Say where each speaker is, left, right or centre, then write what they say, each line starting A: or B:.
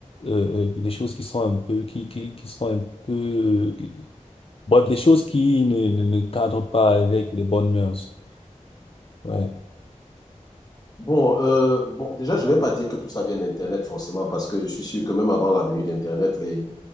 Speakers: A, on the left; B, on the left.
A: euh, euh, des choses qui sont un peu, qui, qui, qui sont un peu, Bref, des choses qui ne, ne, ne cadrent pas avec les bonnes mœurs. Ouais.
B: Bon, euh, bon, déjà, je vais pas dire que tout ça vient d'Internet forcément, parce que je suis sûr que même avant la venue d'Internet, les,